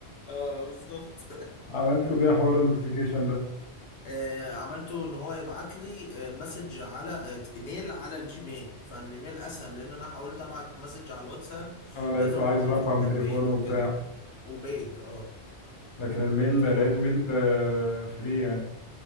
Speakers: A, on the left; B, on the left.
A: اه بالظبط
B: <laughs> عملت بيها حوار النوتيفيكيشن ده
A: آه، عملته ان هو يبعت لي آه، مسج على آه، ايميل على الجيميل فالايميل اسهل لان انا حاولت ابعت مسج على الواتساب
B: اه لقيته
A: لقيت الموضوع
B: عايز رقم
A: في حاجات
B: تليفونه
A: بيض وكده
B: وبتاع
A: وبيض اه
B: لكن الميل
A: مدفوع
B: لقيت ميل فري يعني